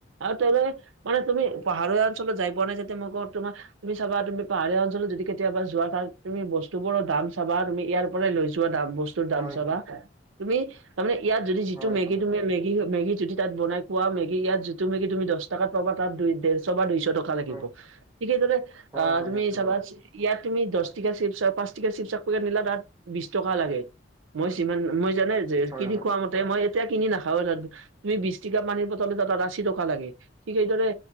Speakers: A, on the right (about 80°); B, on the right (about 15°).
A: আৰু তেওঁলোকে মানে তুমি পাহাৰীয়া অঞ্চলত যাই পোৱা নাই যাতে মই কওঁ তোমা তুমি চাবা তুমি পাহাৰীয়া অঞ্চলত যদি কেতিয়াবা যোৱা, তাত তুমি বস্তুবোৰৰ দাম চাবা, তুমি ইয়াৰ মানে লৈ যোৱা দাম বস্তুৰ দাম
B: হয়
A: চাবা,
B: হয়
A: তুমি তাৰমানে ইয়াত যদি যিটো
B: হয় হয়
A: মেগি
B: হয়
A: তুমি মেগি মেগি যদি তাত বনাই খোৱা মেগি ইয়াত যিটো তুমি দছ টকাত পাবা তাত দুই ডেৰছ বা দুইছ টকা টকা
B: হয়
A: লাগিব৷ঠিক সেইদৰে
B: অ হয়
A: আ
B: হয়
A: তুমি
B: সেইটো
A: চাবাচ
B: হয়
A: ইয়াত তুমি দছটিকা চিপ্‌-চ পাঁচটিকা চিপ্‌চ একপেকেট নিলা, তাত বিছ টকা লাগে৷ মই ছিমান, মই জানাই যে
B: হয়
A: কিনি
B: হয়
A: খোৱা মতে মই এতিয়া কিনি নাখাওঁৱে তাত৷ তুমি বিছটিকা পানীৰ বটল এটা তাত আশী টকা লাগে৷ঠিক সেইদৰে